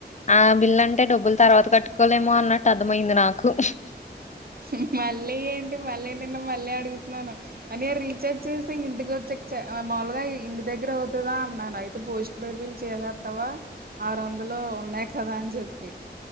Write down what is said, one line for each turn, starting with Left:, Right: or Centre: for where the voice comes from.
Left: ఆ బిల్ అంటే డబ్బులు తర్వాత కట్టు క్కలేమో అన్నట్టు అర్థమైంది నాకు ఉఫ్
Right: హు హు మళ్ళీ ఏంటి మళ్ళీ నిన్న మళ్ళీ అడుగుతున్నాను అన్నయ రీఛార్జ్ చేసి ఇదిగో చ ఛ మాములుగా ఇంటి దగ్గర అవుతదా అన్నాను అయితే పోస్ట్ బేడ్ బిల్ చేసేస్తవా అరువందాలు ఉన్నాయి కదా అని చెప్పి